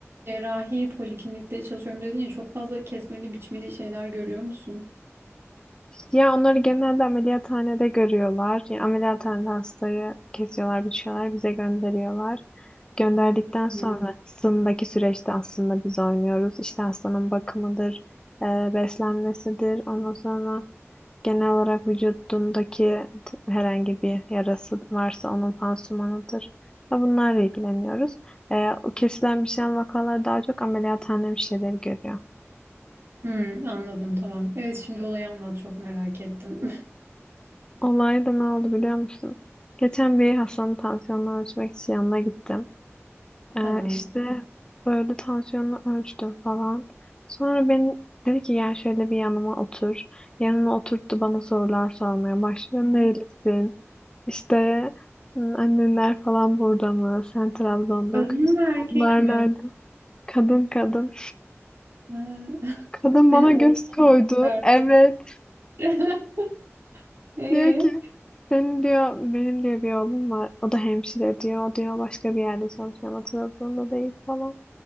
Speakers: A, on the right (about 55°); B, on the left (about 15°).
A: cerrahi poliklinikte çalışıyorum dedin ya çok fazla kesmeli biçmeli şeyler görüyor musun?
B: Ya onları genelde ameliyathanede görüyorlar. Yani ameliyathanede hastayı kesiyorlar, biçiyorlar, bize gönderiyorlar. Gönderdikten sonrasındaki
A: Hı.
B: süreçte aslında biz oynuyoruz. İşte hastanın bakımıdır, e, beslenmesidir. Ondan sonra genel olarak vücudundaki t- herhangi bir yarası varsa onun pansumanıdır. Ve bunlarla ilgileniyoruz. E, o kesilen bir şeyin vakaları daha çok ameliyathane bir şeyleri görüyor.
A: Hı. anladım tamam. Evet şimdi olayı anlat çok merak ettim.
B: Olay da ne oldu biliyor musun? Geçen bir Hasan'ın tansiyonunu ölçmek için yanına gittim.
A: <laughs>
B: Ee,
A: Tamam.
B: işte böyle tansiyonunu ölçtüm falan. Sonra beni dedi ki gel şöyle bir yanıma otur. Yanıma oturttu bana sorular sormaya başlıyor.
A: Ne?
B: Nerelisin? İşte "Hı, annenler falan burada mı? Sen Trabzon'da
A: Kadın
B: okuyorsun.
A: mı erkek
B: Onlar
A: mi?
B: nerede? Kadın kadın.
A: Ha,
B: Kadın
A: <laughs>
B: bana
A: seni oğlum
B: göz koydu.
A: bakar.
B: Evet.
A: <laughs> Ee?
B: Diyor ki senin diyor benim diyor bir oğlum var. O da hemşire diyor. O diyor başka bir yerde çalışıyor ama Trabzon'da değil falan.